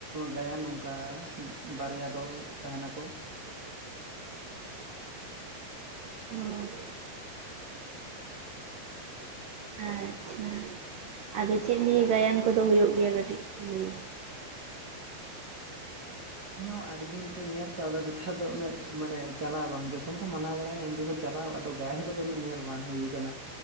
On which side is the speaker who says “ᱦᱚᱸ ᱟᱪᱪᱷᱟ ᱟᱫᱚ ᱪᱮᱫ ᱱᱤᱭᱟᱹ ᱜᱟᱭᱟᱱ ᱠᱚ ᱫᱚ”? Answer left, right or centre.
Right